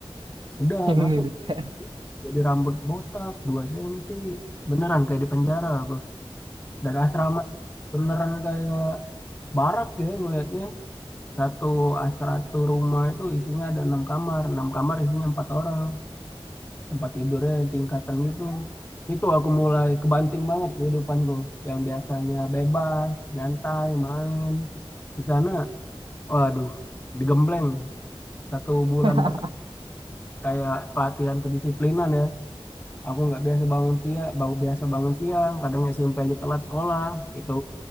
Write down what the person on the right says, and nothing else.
Saya
militer.
<laughs>